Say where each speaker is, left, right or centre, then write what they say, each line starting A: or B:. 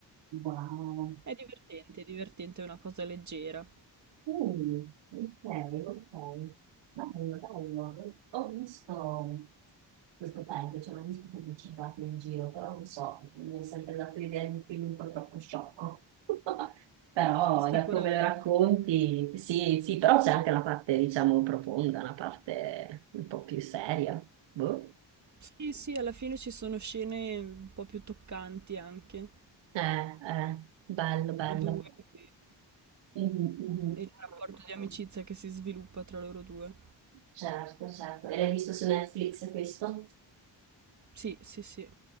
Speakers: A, on the right; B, on the right.
A: wow.
B: È divertente, è divertente, è una cosa leggera.
A: Mm, ok, ok. Bello, bello. Ho visto questo paio, cioè ho visto pubblicitati in giro, però non so, mi è sempre dato l'idea di un film un po' troppo sciocco. <laughs> Però
B: Sì, sicuramente.
A: da come lo racconti, sì, sì, però c'è anche una parte, diciamo, profonda, una parte un po' più seria. Boh.
B: Sì, sì, alla fine ci sono scene un po' più toccanti anche.
A: Eh, eh, bello, bello.
B: Loro due che-
A: Mhm, mhm.
B: e il rapporto di amicizia che si sviluppa tra loro due.
A: Certo, certo. E l'hai visto su Netflix questo?
B: Sì, sì, sì.